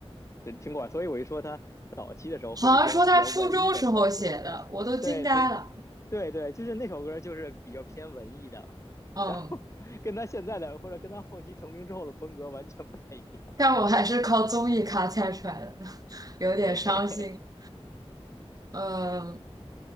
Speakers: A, on the left; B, on the right.
A: 就听过。所以我一说他早期的时候会有一些比较文艺的创作，
B: 好像说他初中时候写的，我都惊呆了。
A: 对，所以对对，就是那首歌就是比较偏文艺的，
B: 嗯，
A: 然后 <laughs> 跟他现在的或者跟他后期成名之后的风格完全不太一样。
B: 但我还是靠综艺咖猜出来的，<laughs> 有点伤心。
A: 对，
B: 嗯，